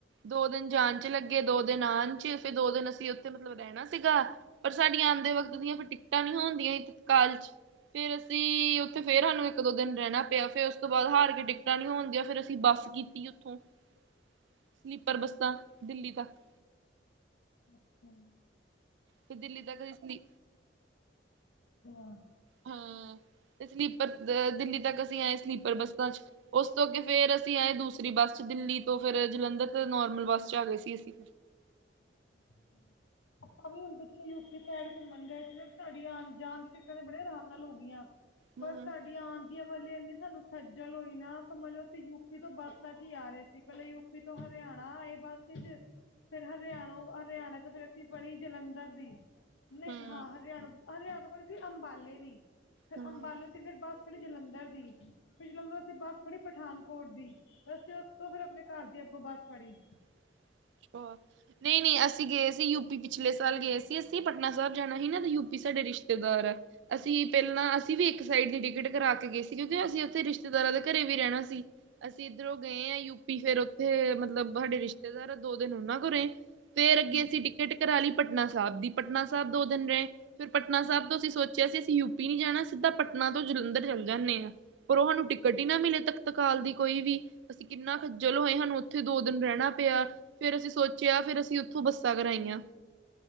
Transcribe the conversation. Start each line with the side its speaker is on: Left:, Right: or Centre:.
Right: ਦੋ ਦਿਨ ਜਾਣ 'ਚ ਲੱਗੇ ਦੋ ਦਿਨ ਆਉਣ 'ਚ ਫਿਰ ਦੋ ਦਿਨ ਅਸੀਂ ਉੱਥੇ ਮਤਲਬ ਰਹਿਣਾ ਸੀਗਾ। ਪਰ ਸਾਡੀਆਂ ਆਉਂਦੇ ਵਕਤ ਦੀਆਂ ਫਿਰ ਟਿਕਟਾਂ ਨ ਹੋਣਦੀਆਂ ਤਤਕਾਲ 'ਚ ਫੇਰ ਅਸੀਂ ਉੱਥੇ ਫੇਰ ਸਾਨੂੰ ਇੱਕ ਦੋ ਦਿਨ ਰਹਿਣਾ ਪਿਆ ਫੇਰ ਉਸ ਤੋਂ ਬਾਅਦ ਹਾਰ ਕੇ ਟਿਕਟਾਂ ਨੀ ਹੋਣਦੀਆਂ ਫੇਰ ਅਸੀਂ ਬੱਸ ਕੀਤੀ ਉੱਥੋਂ ਸਲੀਪਰ ਬੱਸਾਂ ਦਿੱਲੀ ਤੱਕ
Left: ਅੱਛਾ
Right: ਫਿਰ ਦਿੱਲੀ ਤੱਕ ਅਸੀਂ
Left: <unintelligible>
Right: ਹਾਂ ਤੇ ਸਲੀਪਰ ਦਿੱਲੀ ਤੱਕ ਅਸੀਂ ਆਏ ਸਲੀਪਰ ਬੱਸਾਂ 'ਚ ਉਸ ਤੋਂ ਅੱਗੇ ਫੇਰ ਅਸੀਂ ਆਏ ਦੂਸਰੀ ਬੱਸ 'ਚ ਦਿੱਲੀ ਤੋਂ ਫਿਰ ਜਲੰਧਰ ਤੇ ਨੋਰਮਲ ਬੱਸ 'ਚ ਆ ਗਏ ਸੀ ਅਸੀਂ
Left: <inaudible> ਆਪਾਂ ਵੀ ਹੁਣ ਪਿੱਛੇ ਯੂਪੀ ਸਾਈਡ ਘੁੰਮਣ ਗਏ ਸੀ ਸਾਡੀਆਂ ਆਉਣ ਜਾਣ ਦੀ ਟਿਕਟਾਂ ਦੇ ਬੜੇ ਆਰਾਮ ਨਾਲ ਹੋ ਗਈਆਂ।
Right: ਹੂੰ
Left: ਪਰ ਸਾਡੀਆਂ ਆ ਦੀਆਂ ਵਾਲੇ ਇਨੇ ਸਾਨੂੰ ਖੱਜਲ ਹੋਈ ਨਾ ਸਮਝ ਲੋ ਅਸੀਂ ਯੂਪੀ ਤੋਂ ਬੱਸਾਂ 'ਚ ਹੀ ਆ ਰਹੇ ਸੀ ਪਹਿਲਾਂ ਯੂਪੀ ਤੋਂ ਹਰਿਆਣਾ ਆਏ। ਬਸ 'ਚ ਫਿਰ ਹਰਿਆਣਾ ਹਰਿਆਣਾ ਤੋਂ ਫਿਰ ਅਸੀਂ ਪੜ੍ਹੀ ਜਲੰਧਰ ਦੀ ਨਹੀਂ
Right: ਹੂੰ
Left: ਹਾਂ ਹਰਿਆਣਾ -ਹਰਿਆਣਾ ਤੋਂ ਬੜੀ ਅੰਬਾਲੇ ਦੀ ਫਿਰ
Right: ਹੂੰ
Left: ਅੰਬਾਲੋ ਤੇ ਫਿਰ ਬਸ ਫੜੀ ਜਲੰਧਰ ਦੀ ਫੇਰ ਜਲੰਧਰੋ ਅਸੀਂ ਬੱਸ ਫੜ੍ਹੀ ਪਠਾਨਕੋਟ ਦੀ ਅਸੀਂ ਉਸ ਤੋਂ ਫੇਰ ਆਪਣੇ ਘਰ ਦੀ ਅੱਗੋਂ ਬੱਸ ਫੜੀ
Right: <inaudible> ਨਹੀਂ -ਨਹੀਂ ਅਸੀਂ ਗਏ ਸੀ ਯੂਪੀ ਪਿਛਲੇ ਸਾਲ ਗਏ ਸੀ ਅਸੀਂ ਪਟਨਾ ਸਾਹਿਬ ਜਾਣਾ ਸੀ ਨਾ ਯੂਪ ਸਾਡੇ ਰਿਸ਼ਤੇਦਾਰ ਆ ਅਸੀਂ ਪਹਿਲਾਂ ਅਸੀਂ ਵੀ ਇੱਕ ਸਾਈਡ ਦੀ ਟਿਕਟ ਕਰਾ ਕੇ ਗਏ ਸੀ ਕਿਉਂਕਿ ਅਸੀਂ ਉੱਥੇ ਰਿਸ਼ਤੇਦਾਰਾਂ ਦੇ ਘਰੇ ਵੀ ਰਹਿਣਾ ਸੀ। ਅਸੀਂ ਇੱਧਰੋਂ ਗਏ ਹ ਯੂਪੀ ਫੇਰ ਉੱਥੇ ਮਤਲਬ ਸਾਡੇ ਰਿਸ਼ਤੇਦਾਰ ਦੋ ਦਿਨ ਉਹਨਾਂ ਕੋਲ ਰਹੇ। ਫੇਰ
Left: ਹਾਂਜੀ
Right: ਅੱਗੇ ਅਸੀਂ ਟਿਕਟ ਕਰਾ ਲਈ ਪਟਨਾ ਸਾਹਿਬ ਦੀ ਪਟਨਾ ਸਾਹਿਬ ਦੋ ਦਿਨ ਰਹੇ। ਫਿਰ ਪਟਨਾ ਸਾਹਿਬ ਤੋਂ ਅਸੀਂ ਸੋਚਿਆ ਸੀ ਅਸੀਂ ਯੂਪੀ ਨੀ ਜਾਣਾ ਸਿੱਧਾ ਪਟਨਾ ਤੋਂ ਜਲੰਧਰ ਚੱਲ ਜਾਂਦੇ ਹਾਂ। ਪਰ ਉਹ ਸਾਨੂੰ ਟਿਕਟ ਹੀ ਨਾ ਮਿਲੇ ਤਖ਼ਤਕਾਲ ਦੀ ਕੋਈ ਵੀ ਅਸੀਂ ਕਿੰਨਾ ਖੱਜਲ ਹੋਏ ਸਾਨੂੰ ਉਥੇ ਉੱਥੇ ਦੋ ਦਿਨ ਰਹਿਣਾ ਪਿਆ ਫੇਰ ਅਸੀਂ ਸੋਚਿਆ ਫਿਰ ਅਸੀਂ ਉੱਥੋਂ ਬੱਸਾਂ ਕਰਾਈਆਂ।